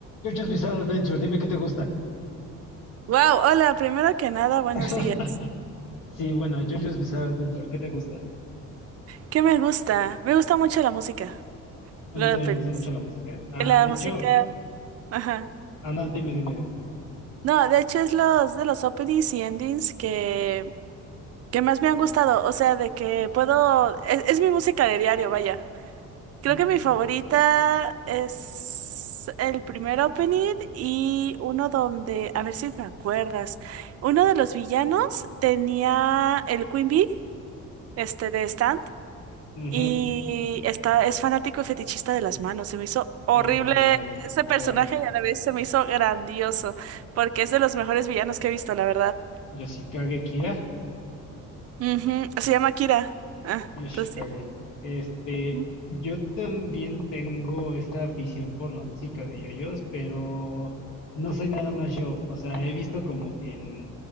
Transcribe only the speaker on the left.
JoJo's Bizarre Adventure, dime qué te gusta.
<laughs>
sí, bueno, JoJo's Bizarre Adventure, ¿qué te gusta?
A
mí también
me gusta mucho la música. Ah,
de
hecho,
ah, no, dime, dime, dime.
Mm,
ujú,
el de la
cuarta,
Yoshikage Kira,
Yoshikage.
Este,
yo también tengo esa afición por la música de JoJo's, pero no soy nada más yo. O sea, he visto como que en